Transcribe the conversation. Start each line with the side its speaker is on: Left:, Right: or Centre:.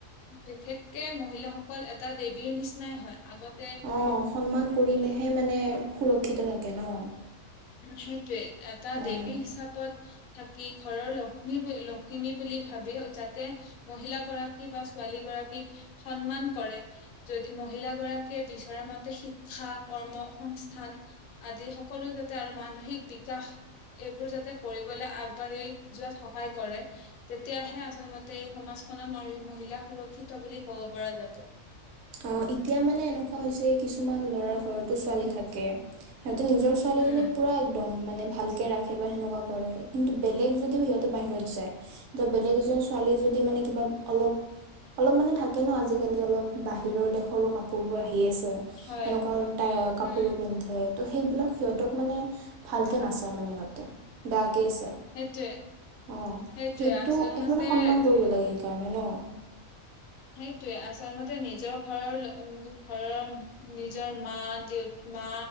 Left: বিশেষকে মহিলাসকল এটা দেৱীৰ নিচিনাই হয়, আগত
Right: অ' সন্মান কৰিলেহে মানে সুৰক্ষিত থাকে ন।
Left: উম, সেইটোৱে এটা দেৱী
Right: অ
Left: হিচাপত থাক কি ঘৰৰ লক্ষ্মী বুলি লক্ষিমী বুলি ভাবি যাতে মহিলাগৰাকী বা ছোৱালী গৰা কীক সন্মান কৰে, যদি মহিলাগৰাকীয়ে বিচৰা মতে শিক্ষা কৰ্ম সংস্থান আদি সকলো যাতে আৰু মানসিক বিকাশ এইবোৰ যাতে কৰিবলৈ আগবাঢ়ি যোৱাত সহায় কৰে, তেতিয়াহে আচলমতে এই সমাজ খনত মহিলা সুৰক্ষিত বুলি ক'ব পৰা যাব।
Right: অ এতিয়া মানে এনেকুৱা হৈছে কিছুমান লৰাৰ ঘৰতো ছোৱালী থাকে সিহঁতে নিজৰ ছোৱালীজনীক
Left: উম
Right: পুৰা একদম মানে ভালকে ৰাখে বা সেনেকুৱা কৰে। কিন্তু বেলেগ যদি সিহঁতে বাহিৰত যায়। ত' বেলেগ এজনী ছোৱালী মানে যদি মানে কিবা অলপ, অলপ মানে থাকে ন আজিকালি অলপ বাহিৰৰ দেশৰো কাপোৰবোৰ আহি আছে।
Left: হয়
Right: সেনেকুৱা কাপোৰো
Left: উম
Right: পিন্ধে তো সেইবিলাক সিহঁতক মানে ভালকৈ নাচায় মানে সিহঁতে। বেয়া
Left: সেইটোৱে
Right: অ
Left: সেইটোৱে
Right: সেইটো
Left: আচলমতে
Right: মানে সন্মান কৰিব লাগে সেইকাৰণে ন
Left: সেইটোয়ে। আচলমতে নিজৰ ঘৰৰ ঘৰৰ নিজৰ মা দেউতা মা